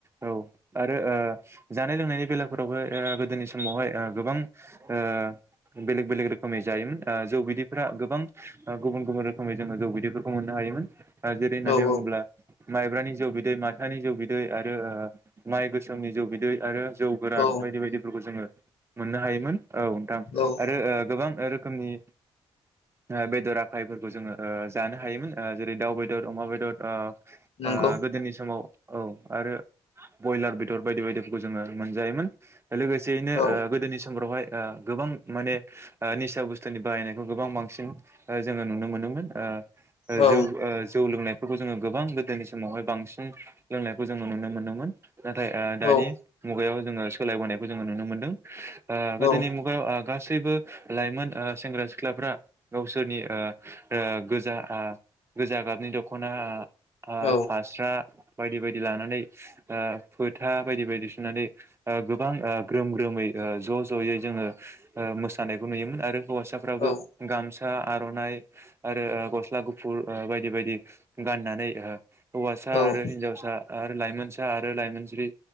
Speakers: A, on the right; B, on the left.
A: औ आरो ओ जानाय लोंनायनि बेलाइफोरावबो गोदोनि समावहाय गोबां ओ बेलेग बेलेग रोखोमै जायोमोन। ओ जौ जौ बि दैफोरा गोबां ओ गुबुन गुबुन रोखोमै जोङो जौ बिदैफोरखौ मोननो हायोमोन। ओ जेरै होननानै
B: औ
A: बुङोब्ला माइब्रानि जौ बिदै माथानि जौ बिदै आरो माइ गोसोमनि जौ बिदै आरो जौ गोरान
B: औ
A: बायदि बायदिफोरखौ जोङो मोननो हायोमोन। औ नोंथां
B: औ
A: आरो ओ गोबां रोखोमनि ओ बेदर आखायफोरखौ जोङो जानो हायोमोन ओ जेरै दाउ बेदर अमा बेदर ओ ओ
B: नंगौ
A: गोदोनि समाव औ आरो बयलार बेदर बायदि बायदिफोरखौ जोङो मोनजायोमोन। लोगोसेयैनो
B: औ
A: ओ गोदोनि समफ्रावहाय ओ गोबां माने निसा बुस स्थुनि बाहायनायखौ गोबां बांसिन जोङो नुनो मोनोमोन ओ ओ
B: औ
A: जौ ओ जौ लोंनाय फोरखौ जोङो गोबां गोदोनि समावहाय बांसिन लोंनायखौ जोङो नुनो मोनोमोन। नाथाय ओ दानि
B: औ
A: मुगायाव जोङो सोलायबोनायखौ जोङो नुनो मोनदों। ओ
B: औ
A: गोदोनि मुगायाव ओ गासैबो लाइमोन ओ सेंग्रा सिख्लाफ्रा गावसोरनि ओ ओ गोजा गोजा गाबनि दख'ना ओ
B: औ
A: फास्रा बायदि बायदि लानानै फोथा बायदि बायदि सुनानै गोबां ग्रोम ग्रोमै ज' ज'यै जोङो मोसानायखौ नुयोमोन आरो हौवासाफ्राबो
B: औ
A: गामसा आर'नाइ आरो गस्ला गुफुर बायदि बायदि गाननानै हौवासा
B: औ
A: आरो हिनजावसा आरो लाइमोनसा आरो लाइमोन जिबि